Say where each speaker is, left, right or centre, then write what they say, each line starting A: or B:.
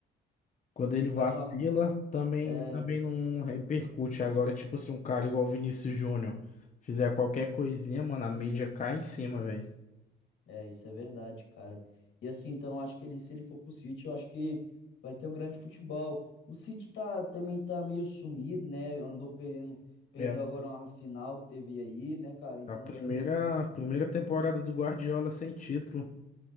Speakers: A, on the left (about 40°); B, on the left (about 75°).
A: quando ele vacila,
B: Faz uma.
A: também
B: é,
A: também não repercute. Agora, tipo assim, um cara igual o Vinícius Júnior fizer qualquer coisinha, mano, a mídia cai em cima, velho.
B: É, isso é verdade, cara. E assim, então, eu acho que ele, se ele for pro City, eu acho que vai ter um grande futebol. O City tá, também tá meio sumido, né? Andou perdendo, perdeu
A: É
B: agora uma final que teve aí, né, cara? Então,
A: a primeira
B: assim,
A: primeira temporada do Guardiola sem título.